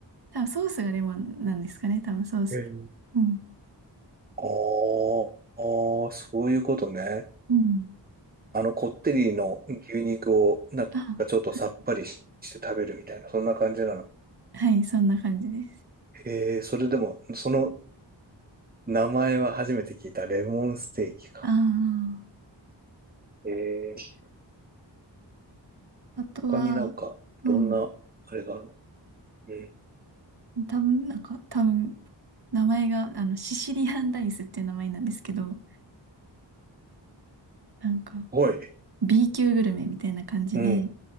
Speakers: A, on the right (about 55°); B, on the right (about 20°).
A: 多分、ソースがレモンなんですかね多分、ソース。
B: へー
A: うん。
B: あーあー、そういうことね。
A: うん
B: あの、こってりの牛肉を、なんかちょっとさっぱりしして食べるみたいな、
A: あ、はい。
B: そんな感じなの。
A: はい、そんな感じです。
B: へえー、それでも、その名前は初めて聞いた。レモンステーキか。
A: ああ。
B: へえー、
A: あとは、
B: 他になんか、
A: うん、
B: どんな、あれがあるのえー
A: 多分、なんか、多分、名前が、あの、シシリアンライスっていう名前なんですけど、なんか、
B: はい。
A: B 級グルメみたいな感じで、
B: うん。